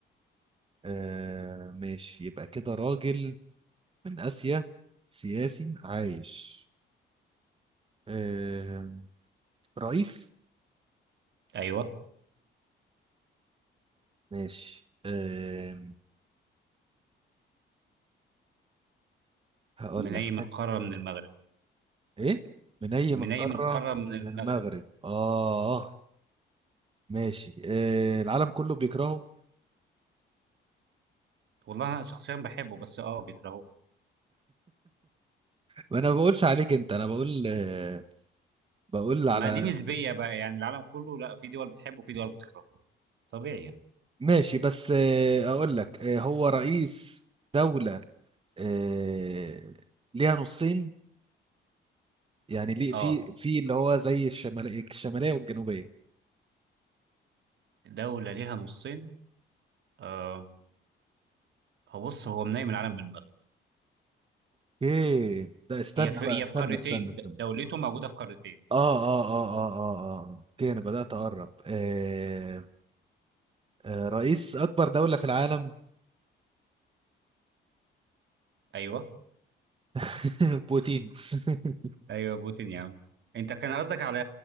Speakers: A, on the right; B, on the right.
A: آه ماشي يبقى كده راجل من آسيا سياسي عايش آه رئيس
B: ايوه
A: ماشي آه هقول
B: من
A: لك
B: اي من
A: من-
B: قارة من المغرب
A: إيه من أي
B: منيم
A: من القارة
B: القارة من المغرب
A: من المغرب آه ماشي آه العالم كله بيكرهه
B: والله أنا شخصيا بحبه بس أه بيكرهوه
A: وأنا ما بقولش عليك أنت أنا بقول آه بقول على
B: ما دي نسبية بقى يعني العالم كله لا في دول بتحبه وفي دول بتكرهه طبيعي يعني
A: ماشي بس آه، اقول لك آه، هو رئيس دولة آه، ليها نصين يعني ليه في
B: أه
A: في اللي هو زي الشمالية الشمالية والجنوبية
B: دولة ليها نصين أه هو بص هو منيم العالم من المغرب
A: ايه ده استنى
B: هي في هي
A: بقى استنى
B: في قارتين
A: استنى استنى
B: د- دولته موجودة في قارتين
A: اه اه اه اه اه اه آه، اوكي انا بدأت اقرب آه آه رئيس اكبر دولة في العالم
B: أيوه
A: <laughs> بوتين <laughs>
B: أيوه بوتين يا عم أنت كان قصدك على